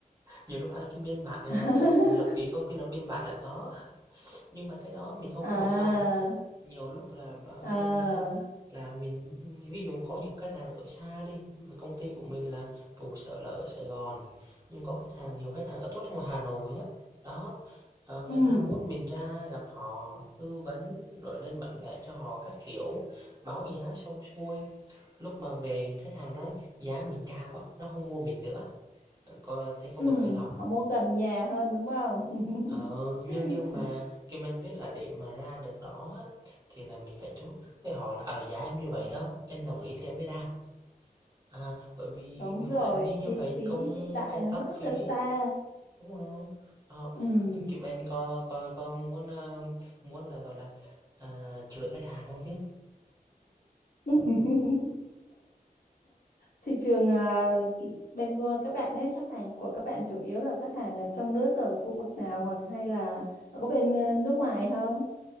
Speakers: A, on the right; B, on the left.
A: Nhiều lúc ăn cái biên bản, à,
B: <laughs>
A: à, lập vì công ty lập biên bản là có, nhưng mà cái đó mình không
B: à
A: có bực đâu nhiều lúc là bà-
B: à
A: Kim Anh biết không là mình ví dụ có những khách hàng ở xa đi công ty của mình là trụ sở là ở Sài Gòn nhưng có khách hàng nhiều khách hàng ở tuốt ngoài Hà Nội á đó ờ, người
B: ừ
A: ta muốn mình ra gặp họ tư vấn rồi lên bản vẽ cho họ các kiểu báo giá xong xuôi lúc mà về khách hàng nói giá mình cao quá nó không mua mình nữa có thấy có
B: ừ
A: bực hay không
B: họ mua gần nhà hơn đúng không
A: Ờ, nhưng
B: <laughs>
A: nhưng mà khi mình biết là để mà ra được đó á, thì là mình phải chốt với họ là ở giá em như vậy đó em đồng ý thì em mới ra à, bởi vì
B: đúng
A: mỗi
B: rồi
A: lần đi như
B: chi
A: vậy
B: phí
A: công
B: đi lại
A: công
B: nó
A: tác
B: rất
A: phí
B: là xa
A: đúng không đó.
B: ừ
A: Kim Anh có coi có muốn ờ, muốn là gọi là à, chửi khách hàng không chứ
B: <laughs> thị trường à, bên của các bạn ấy khách hàng của các bạn chủ yếu là khách hàng ở trong nước ở khu vực nào hoặc hay là có bên ờ, nước ngoài không